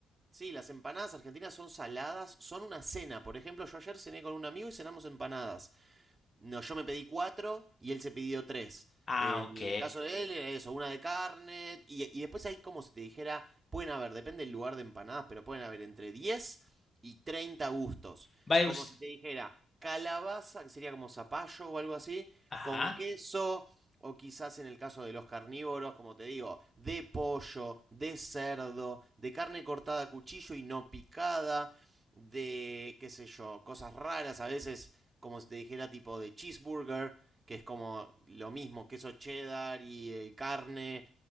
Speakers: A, on the right; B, on the left.
A: sí, las empanadas argentinas son saladas, son una cena. Por ejemplo, yo ayer cené con un amigo y cenamos empanadas. No, yo me pedí cuatro y él se pidió tres.
B: Ah,
A: En
B: ok.
A: el caso de él era eso, una de carne. Y, y después hay como si te dijera, pueden haber, depende del lugar de empanadas, pero pueden haber entre 10 y 30 gustos.
B: Vaya
A: Como
B: usted.
A: si te dijera, calabaza, que sería como zapallo o algo así,
B: Ajá.
A: con queso, o quizás en el caso de los carnívoros, como te digo, de pollo, de cerdo, de carne cortada a cuchillo y no picada, de, qué sé yo, cosas raras, a veces como si te dijera tipo de cheeseburger, que es como lo mismo, queso cheddar y, eh, carne.